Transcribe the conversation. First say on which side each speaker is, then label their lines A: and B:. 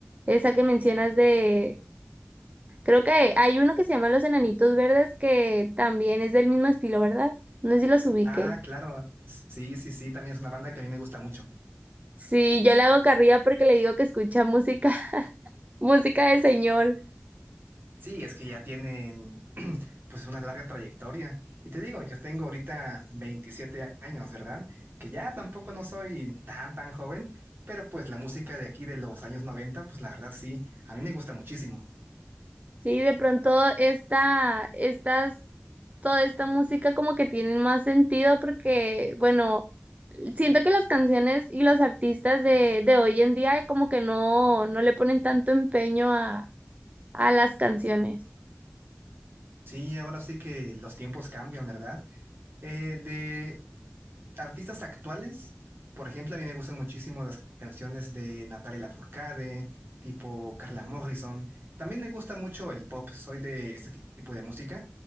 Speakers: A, on the right (about 35°); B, on the right (about 55°).
A: esa que mencionas de, creo que hay uno que se llama Los Enanitos Verdes que también es del mismo estilo, ¿verdad? No sé si los ubique.
B: Ah, claro, sí, sí, sí, también es una banda que a mí me gusta mucho.
A: Sí, yo le hago carrilla porque le digo que escucha música, <laughs> música de señor.
B: Sí, es que ya tienen <clears throat> pues una larga trayectoria. Y te digo, yo tengo ahorita 27 años, ¿verdad? Que ya tampoco no soy tan, tan joven, pero pues la música de aquí de los años 90, pues la verdad sí, a mí me gusta muchísimo.
A: Sí, de pronto esta, estas, toda esta música como que tienen más sentido porque, bueno, siento que las canciones y los artistas de, de hoy en día como que no, no le ponen tanto empeño a, a las canciones.
B: Sí, ahora sí que los tiempos cambian, ¿verdad? Eh, de Artistas actuales, por ejemplo, a mí me gustan muchísimo las canciones de Natalia Lafourcade, tipo Carla Morrison. También me gusta mucho el pop, soy de este tipo de música.